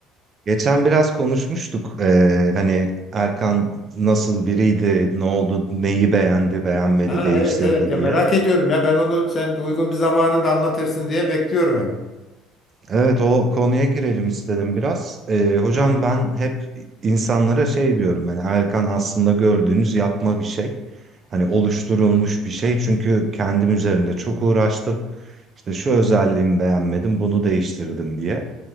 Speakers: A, on the right; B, on the left.
A: Geçen biraz konuşmuştuk. Ee, hani Erkan nasıl biriydi, ne oldu, neyi
B: Hı.
A: beğendi, beğenmedi,
B: Ha
A: değiştirdi
B: evet evet ya
A: diye.
B: merak ediyorum ya ben onu sen uygun bir zamanında anlatırsın diye bekliyorum öyle.
A: Evet o konuya girelim istedim biraz. Ee, hocam
B: Hı.
A: ben hep insanlara şey diyorum hani Erkan aslında gördüğünüz yapma bir şey. Hani oluşturulmuş bir şey çünkü kendim üzerinde çok uğraştım. İşte şu özelliğimi beğenmedim bunu değiştirdim diye.